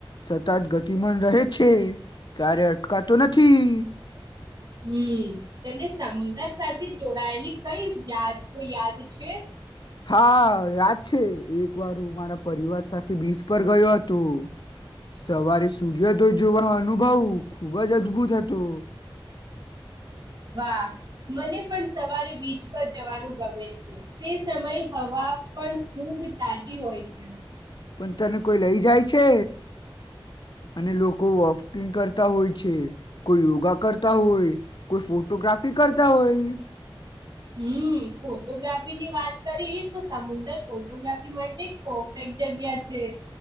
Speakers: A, on the left (about 55°); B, on the right (about 50°).
A: સતત ગતિમાન રહે છે ક્યારે અટકાતો નથી.
B: હમ તેને સમુદ્ર સાથે જોડાયેલી કઈ યાદ તો યાદ છે.
A: હા યાદ છે એક વાર હું મારા પરિવાર સાથે બીચ પર ગયો હતો સવારે સૂર્યોદય જોવાનો અનુભવ ખુબ જ અદભુત હતો.
B: વાહ મને પણ સવારે બીચ પર જવાનું ગમે છે તે સમય હવા પણ ખૂબ તાજી હોય છે.
A: પણ તને કોઈ લઈ જાય છે અને લોકો વોકિંગ કરતા હોય છે કોઈ યોગા કરતા હોય કોઈ ફોટોગ્રાફી કરતા હોય.
B: હમ ફોટોગ્રાફીની વાત કરીએ તો સમુદર ફોટોગ્રાફી માટે પરફેક્ટ જગ્યા છે.